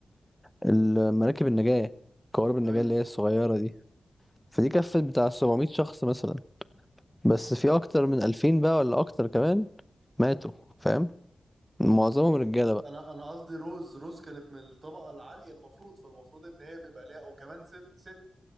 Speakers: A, in the centre; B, on the right.
A: المراكب النجاة قوارب النجاة
B: ايوه
A: اللي هي الصغيرة دي فدي كفت بتاع 700 شخص مثلا بس في أكتر من 2000 بقى ولا أكتر كمان ماتوا فاهم معظمهم رجالة
B: انا انا قصدي روز روز كانت من الطبقه العاليه المفروض فالمفروض ان هي بيبقى ليها وكمان ست ست